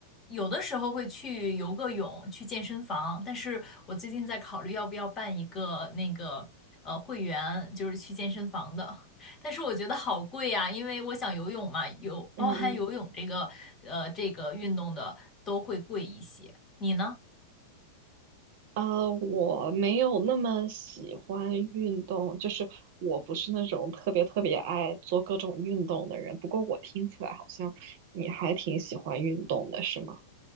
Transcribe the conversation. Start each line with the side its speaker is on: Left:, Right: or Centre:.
Left: 有的时候会去游个泳，去健身房，但是我最近在考虑要不要办一个那个呃会员，就是去健身房的，但是我觉得好贵呀、因为我想游泳嘛，有包含游泳这个呃这个运动的都会贵一些，
Right: 嗯嗯。
Left: 你呢？
Right: 呃，我没有那么喜欢运动，就是我不是那种特别特别爱做各种运动的人。不过我听起来好像你还挺喜欢运动的，是吗？